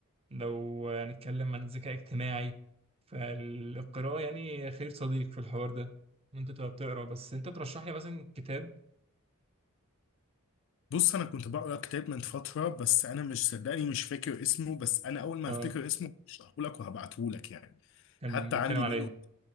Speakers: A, on the right; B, on the left.
A: لو هنتكلم عن الذكاء اجتماعي فالقراءه يعني خير صديق في الحوار ده إن انت تبقى بتقرا بس انت ترشح لي مثلا كتاب
B: بص انا كنت بقرا كتاب من فتره بس انا مش صدقني مش فاكر اسمه بس انا اول ما
A: اه
B: هفتكر اسمه هشرحه لك وهبعته لك يعني
A: كان
B: حتى
A: بيتكلم
B: عندي
A: على
B: منه
A: ايه